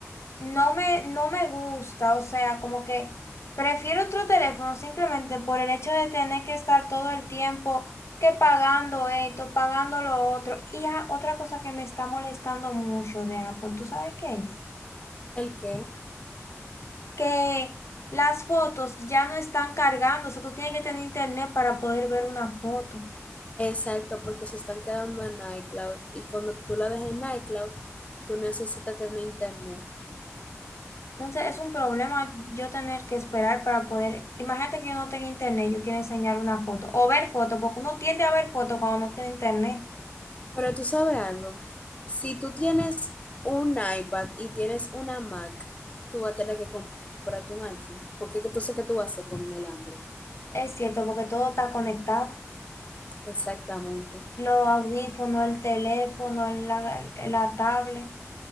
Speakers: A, on the left; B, on the left.
A: no me, no me gusta, o sea, como que prefiero otro teléfono simplemente por el hecho de tener que estar todo el tiempo que pagando esto, pagando lo otro. Y ah, otra cosa que me está molestando mucho de Apple, ¿tú sabes qué es?
B: ¿El qué?
A: que las fotos ya no están cargando, o sea, tú tienes que tener internet para poder ver una foto.
B: Exacto, porque se están quedando en iCloud y cuando tú la dejes en iCloud, tú necesitas tener internet.
A: Entonces es un problema yo tener que esperar para poder, imagínate que yo no tengo internet, yo quiero enseñar una foto o ver foto, porque uno tiende a ver foto cuando no tiene internet.
B: Pero tú sabes algo, si tú tienes un iPad y tienes una Mac, tú vas a tener que comprarte un iPhone, porque entonces, ¿qué tú vas a hacer con el Android?
A: Es cierto, porque todo está conectado.
B: Exactamente.
A: Los audífonos, el teléfono, la, la tablet.